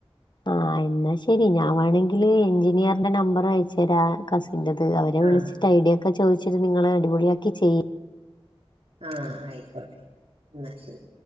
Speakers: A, on the left; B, on the right.
A: ആഹ് എന്നാ ശരി ഞാൻ വേണങ്കില് എഞ്ചിനീയറിന്റെ നമ്പറ് അയച്ച് തരാ കസിന്റത് അവരെ
B: ആഹ്
A: വിളിച്ചിട്ട് ഐഡിയ ഒക്കെ ചോദിച്ചിട്ട് നിങ്ങള് അടിപൊളിയാക്കി ചെയ്യ്
B: ആഹ് ആയിക്കോട്ടെ എന്നാ ശരി